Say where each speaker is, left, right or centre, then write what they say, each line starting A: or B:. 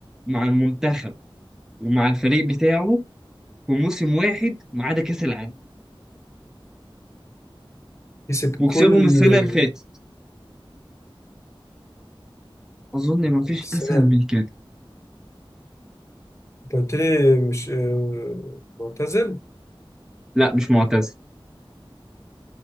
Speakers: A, in the centre; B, on the left.
A: مع المنتخب ومع الفريق بتاعه في موسم واحد ما عدا كأس العالم
B: كسب
A: وكسبهم
B: كل
A: السنة
B: ال-
A: اللي فاتت أظن ما فيش
B: السنة
A: أسهل من كده
B: انت قلت لي مش آه، معتزل
A: لا مش معتزل